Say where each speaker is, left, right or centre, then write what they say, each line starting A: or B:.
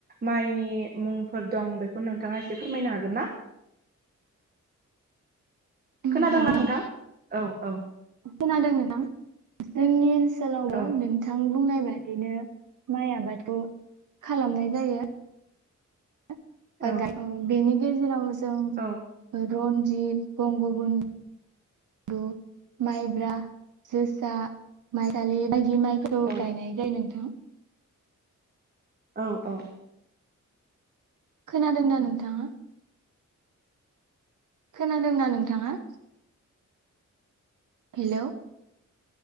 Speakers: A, on the right (about 30°); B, on the right (about 80°).
A: माइनि मुंफोर दं बेखौ नोंथाङा एसे फोरमायनो हागोन ना?
B: नोंथां
A: खोनादोंना
B: हागोन
A: नोंथां? औ औ।
B: खोनादों नोथां जोंनि ओन सोलावबो
A: औ
B: नोंथां बुंनाय बादिनो माइ आबादखौ खालामनाय जायो। <unintelligible>
A: औ
B: बेनि गेजेराव जों
A: औ
B: रनजित बं गुबुन <unintelligible> माइब्रा जोसा माइसालि बायदि माइखौ
A: औ
B: गायनाय जायो नोंथां।
A: औ औ।
B: खोनादों ना नोंथाङा? खोनादोंना नोंथाङा? हेलौ